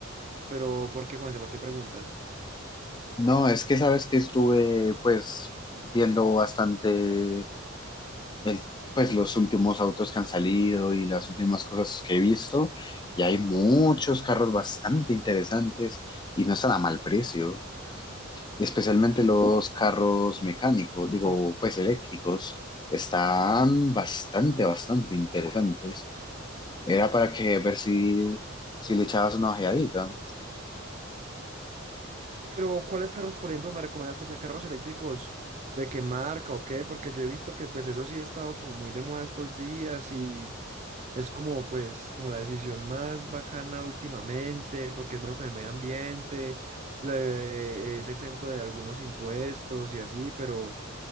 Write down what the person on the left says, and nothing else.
No, es que sabes que estuve pues viendo bastante el, pues los últimos autos que han salido y las últimas cosas que he visto y hay muchos carros bastante interesantes y no están a mal precio. especialmente los carros mecánicos, digo, pues eléctricos, están bastante, bastante interesantes. Era para que ver si, si le echabas una ojeadita.